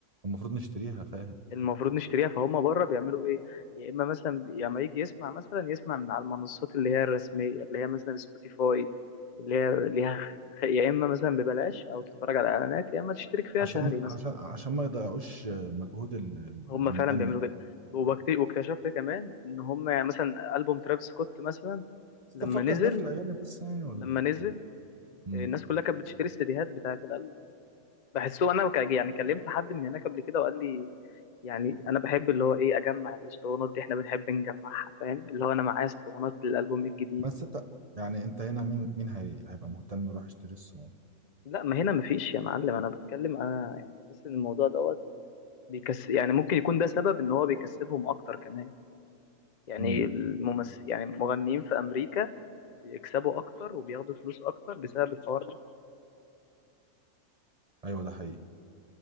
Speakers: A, on the right; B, on the left.
A: المفروض نشتريها فاهم
B: المفروض نشتريها فهم بره بيعملوا ايه يا اما مثلا يا اما يجي يسمع مثلا يسمع من على المنصات اللي هي الرسميه اللي هي مثلا سبوتيفاي اللي هي ليها خ- يا اما مثلا ببلاش او تتفرج على اعلانات يا اما تشترك فيها
A: عشان
B: شهري مثلا
A: عشان عشان ما يضيعوش مجهود ال- ال-
B: هم
A: المغني
B: فعلا بيعملوا
A: يعني.
B: كده وبكت- واكتشفت كمان ان هم يعني مثلا البوم ترافيس سكوت مثلا
A: بس
B: لما
A: تفكر
B: نزل
A: ده في الاغاني بس يعني ولا
B: لما نزل
A: امم
B: الناس كلها كانت بتشتري السيديهات بتاعه الالبوم بحسه انا ك- يعني كلمت حد من هناك قبل كده وقال لي يعني انا بحب اللي هو ايه اجمع الاسطوانات دي احنا بنحب نجمعها فاهم اللي هو انا معايا اسطوانات للالبوم الجديد
A: بس انت يعني انت هنا مين مين هي... هيبقى مهتم يروح يشتري الصوان
B: لا ما هنا مفيش يا معلم انا بتكلم انا يعني بحس ان الموضوع دوت بيكس يعني ممكن يكون ده سبب ان هو بيكسبهم اكتر كمان يعني
A: امم
B: الممثل يعني المغنيين في امريكا بيكسبوا اكتر وبياخدوا فلوس اكتر بسبب الحوار ده
A: ايوه ده حقيقي